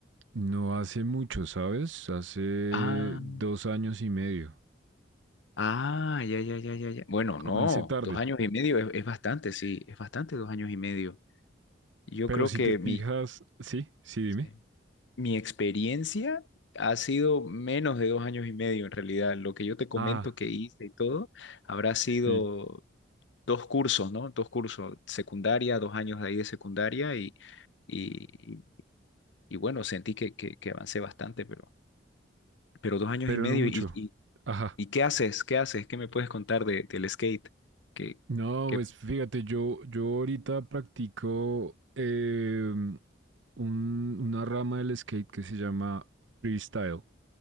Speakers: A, on the right; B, on the left.
A: No hace mucho, ¿sabes? Hace
B: Ah,
A: dos años y medio.
B: ah, ya, ya, ya, ya, ya. Bueno,
A: Comencé
B: no,
A: tarde,
B: dos años y medio es, es bastante, sí, es bastante dos años y medio. Yo
A: pero
B: creo
A: si
B: que
A: te fijas,
B: mi...
A: sí, sí, dime.
B: sí. Mi experiencia ha sido menos de dos años y medio en realidad. Lo que yo te comento
A: Ah,
B: que hice y todo habrá sido
A: sí,
B: dos cursos, ¿no? Dos cursos, secundaria, dos años de ahí de secundaria y, y, y bueno, sentí que, que, que avancé bastante, pero, pero dos años
A: pero
B: y medio.
A: no mucho.
B: ¿Y, y,
A: Ajá.
B: y qué haces? ¿Qué haces? ¿Qué me puedes contar de, del skate? ¿Qué,
A: No,
B: qué?
A: pues fíjate, yo, yo ahorita practico eh, un- una rama del skate que se llama freestyle.